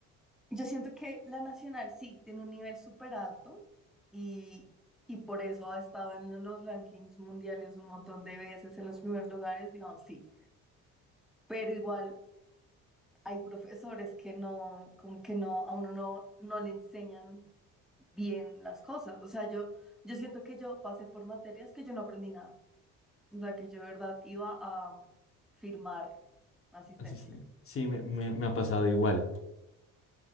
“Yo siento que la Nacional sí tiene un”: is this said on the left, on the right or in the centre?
Centre